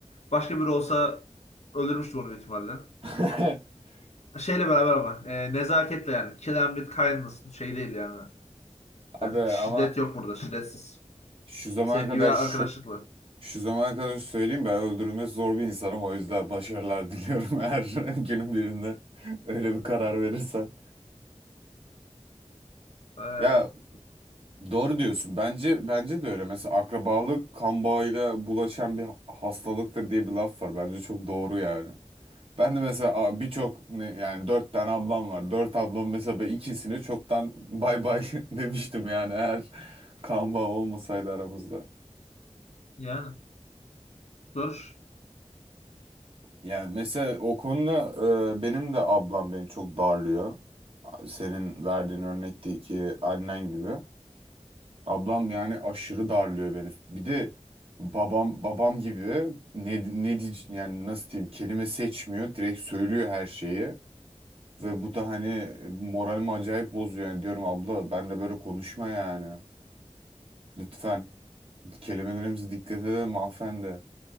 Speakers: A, on the left; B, on the right.
A: Başka biri olsa öldürmüştüm onu büyük ihtimalle.
B: <laughs>
A: Şeyle beraber ama e, nezaketle yani. Kill them with kindness şey değil yani.
B: Abi ama
A: E, şiddet yok burada şiddetsiz.
B: şu zamana
A: Sevgi
B: kadar
A: ve arkadaşlıkla.
B: şu, Şu zamana kadar söyleyeyim ben öldürülmesi zor bir insanım o yüzden başarılar diliyorum <laughs> eğer günün birinde öyle bir karar verirsen.
A: Ee,
B: Ya doğru diyorsun bence bence de öyle mesela akrabalık kan bağıyla bulaşan bir hastalıktır diye bir laf var bence çok doğru yani. Ben de mesela a, birçok ne- yani dört tane ablam var dört ablam mesela ben ikisini çoktan bay bay <laughs> demiştim yani eğer kan bağı olmasaydı aramızda.
A: yani dur.
B: Yani mesela o konuda e, benim de ablam beni çok darlıyor. Senin verdiğin örnekteki annen gibi. Ablam yani aşırı darlıyor beni. Bir de babam babam gibi ne ne diye- yani nasıl diyeyim kelime seçmiyor. Direkt söylüyor her şeyi ve bu da hani moralimi acayip bozuyor. Yani diyorum abla ben de böyle konuşma yani. Lütfen kelimelerimize dikkat edelim hanımefendi.